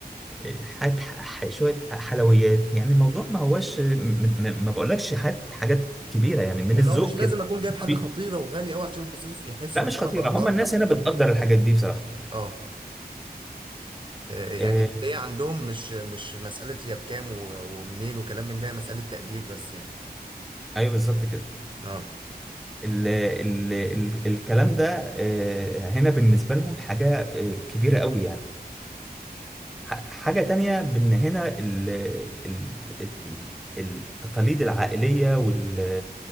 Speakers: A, in the centre; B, on the right (about 30°).
A: آه، حاجات ح- ح- شوية حلويات يعني الموضوع ما هوش م- م- ما بقولكش حاجات حاجات كبيرة يعني من
B: اللي
A: الذوق
B: هو مش لازم
A: كده
B: اكون جايب حاجه
A: طبيعي.
B: خطيره وغاليه قوي عشان يحسوا يحسوا
A: لا مش
B: ان
A: خطيرة
B: انا بقدرهم
A: هم الناس
B: يعني
A: هنا بتقدر الحاجات دي بصراحة
B: اه اه، يعني
A: آه،
B: الهديه عندهم مش مش مساله هي بكام و- ومنين وكلام من ده هي مساله تقدير بس يعني
A: ايوه بالظبط كده
B: اه
A: ال ال ال الكلام ده آه، هنا بالنسبة لهم حاجة آه، كبيرة قوي يعني ح- حاجة تانية بإن هنا ال ال ال- التقاليد العائلية وال